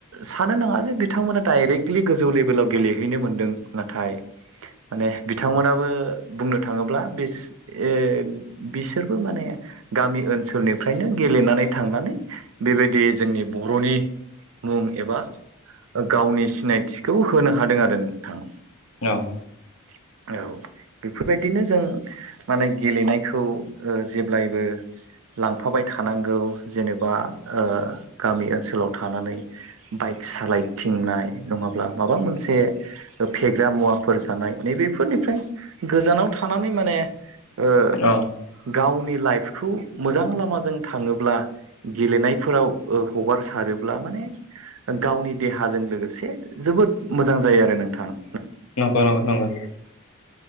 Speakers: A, on the right; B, on the left.
A: सानो नाङा जे बि बिथांमोना डाइरेक्टलि गोजौ लेभेलाव गेलेहैनो मोन्दों नाथाय माने बिथांमोनाबो बुंनो थाङोब्ला बिसो ए बिसोरबो माने गामि ओनसोलनिफ्रायनो गे गेलेनानै थांनानै बेबायदि जोंनि बर'नि मुं एबा गावनि सिनायथिखौ होनो हादों आरो नोंथाङा
B: अह
A: औ। बेफोरबायदिनो जों माने गेलेनायखौ ओ जेब्लायबो लांफाबाय थानांगौ। जेनेबा ओ गामि ओनसोलाव थानानै बाइक सालाय थिंनाय नङाब्ला माबा मोनसे फेग्रा मुवाफोरजों थानाय नैबेफोरनिफ्राय गोजानाव थानानै माने ओ
B: औ
A: गावनि लाइफखौ मोजां लामाजों थाङोब्ला गेलेनायफोराव ओ हगारसारोब्ला माने गावनि राहाजों लोगोसे जोबोद मोजां जायो आरो नोंथाङा
B: नंगो नंगो नंगो